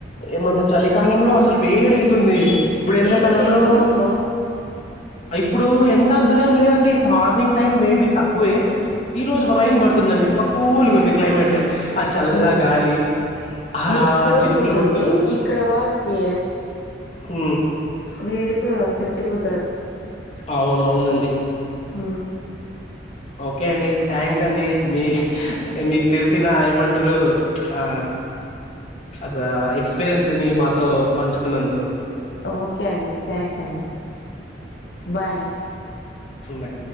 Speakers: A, on the left; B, on the left.
A: ఏమంట చాలికాలం లో అసలు వేడ అయితుంది ఇప్పుడు ఎండాకాలంలో
B: ఎండలు లేవా మీకు
A: ఇప్పుడు ఎండ అంతక ఏం లేదండి మార్నింగ్ టైమ్ మేబి తక్కువే ఈ రోజు రైన్ పడుతుందండి. మ కూల్గా ఉంది క్లైమేట్ ఆ చల్ల
B: ఉ
A: గాలి ఆ
B: మీ కూలుగా
A: చినుకులు
B: ఉంటుంది
A: పడుతూ
B: ఇక్కడ వాళ్ళకి
A: ఊ
B: వేడితో చచ్చిపోతారు.
A: అవునవునండి.
B: ఆ
A: ఓకే అండి థ్యాంక్స్ అండి మీ ఏ మీకు తెలిసిన ఏమ రు ఆ అస ఎక్స్పీరియన్స్ ని మాతో పంచుకున్నందుకు
B: ఓకే అండి, థ్యాంక్స్ అండి, బాయ్ అండి.
A: ముంబై